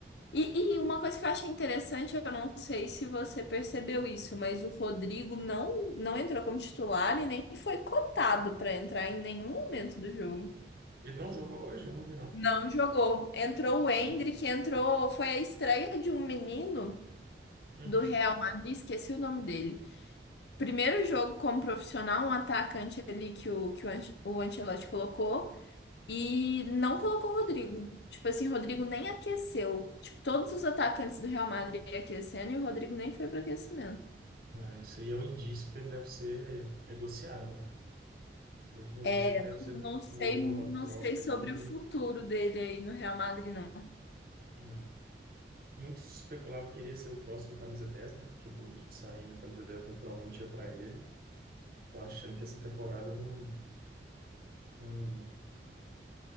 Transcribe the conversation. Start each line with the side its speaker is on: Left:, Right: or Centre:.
Left: E, e uma coisa que eu achei interessante, eu não sei se você percebeu isso, mas o Rodrigo não não entrou como titular e nem foi cotado para entrar em nenhum momento do jogo.
Right: ele não jogou hoje? Eu não vi, não.
Left: Não jogou. Entrou o Endrick,
Right: Hum.
Left: entrou, foi a estreia de um menino.
Right: Uhum.
Left: do Real Madrid, esqueci o nome dele. Primeiro jogo como profissional, um atacante ali que o, que o, Anche- o Ancelotti colocou e não colocou o Rodrigo. Tipo assim, o Rodrigo nem aqueceu. Tipo, todos os atacantes do Real Madrid aquecendo e o Rodrigo nem foi para aquecimento.
Right: É, isso aí é um indício que ele deve ser negociado, né? Provavelmente
Left: É,
Right: ele deve ser
Left: não não sei,
Right: envolvido
Left: não
Right: numa troca
Left: sei sobre
Right: aí.
Left: o futuro dele aí no Real Madrid, não.
Right: né? Muito se especulava que ele ia ser o próximo camisa dez né? Que o Modric sair na camisa 10 naturalmente ia para ele. Tô achando que essa temporada não, não,